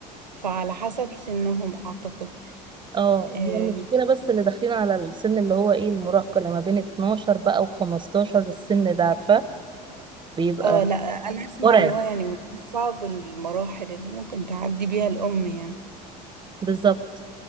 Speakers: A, on the right; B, on the right.
A: فعلى حسب سنهم اعتقد
B: اه
A: اه
B: هي المشكلة بس اللي داخلين على السن اللي هو ايه المراهقة لما بين 12 بقى و15 السن ده عارفة بيبقى
A: آه، لا انا اسمع
B: مرعب
A: ان هو يعني من اصعب المراحل اللي ممكن تعدي بيها الام يعني
B: بالظبط